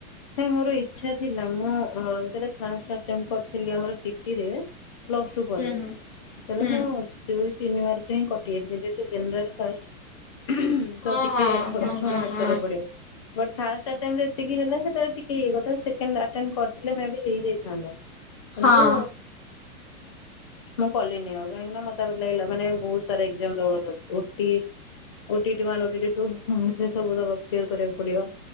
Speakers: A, on the left; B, on the left.
A: ହୁଁ ମୋର ଇଛା ଥିଲା। ମୁଁ ଯେତେ ବେଳେ ଫାର୍ଷ୍ଟ ଅଟେମ୍ପ କରିଥିଲି ଆମର ସିଟିରେ ପ୍ଲସ୍ ଟୁ ପରେ,
B: ହୁଁ ହୁଁ
A: ସେତେଳେ
B: ହୁଁ।
A: ମୁଁ ତିନି ମାର୍କରେ ହିଁ କଟିଯାଇଥିଲି, ଯେହତୁ ଜେନେରାଲ କାଷ୍ଟ ତ
B: ହଁ
A: ଟିକେ
B: ହଁ ଆପଣଙ୍କର
A: ପରିଶ୍ରମ ହାର୍ଟ
B: ହଁ
A: କରିବାକୁ ପଡିବ। ବଟ ଫାଷ୍ଟ ଅଟେମଟ ଏତିକି ହେଲା, ସେଟିକେ ଇଏ କଥା। ସେକେଣ୍ଡ ଆଟେମଟ କରିଥିଲେ ମେ ବି ହେଇଯାଇଥାନ୍ତା। କିନ୍ତୁ
B: ହଁ
A: ମୁଁ କଲିନି ଆଉ, କାହିଁକି ନା ମତେ ତା ପରେ ଲାଗିଲା ମାନେ ବହୁତ ସାରା ଏକ୍ସାମ ଦବା। ଓଟି ଓ ଟି ଇ ଟି ଭଲକି ଦେଇଦବୁ ସେ ସବୁ ଦେବାକୁ କ୍ଳିଅର କରିବାକୁ ପଡିବ।